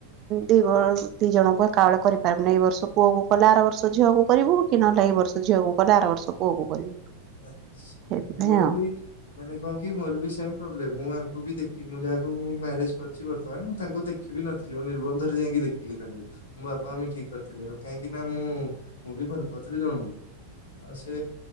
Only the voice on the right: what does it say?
ଦି ଦି ଜଣଙ୍କୁ ଏକାବେଳେ କରି ତାମାନେ ଏଇ ବର୍ଷ ପୁଅ କଲେ ଆର ବର୍ଷ ଝିଅକୁ କରିବୁ କି ନହଲେ ଏଇ ବର୍ଷ ଝିଅକୁ କଲେ ଆର ବର୍ଷ ପୁଅ କକୁ କରିବୁ।
ସେଇଥିପାଇଁ
ଆଉ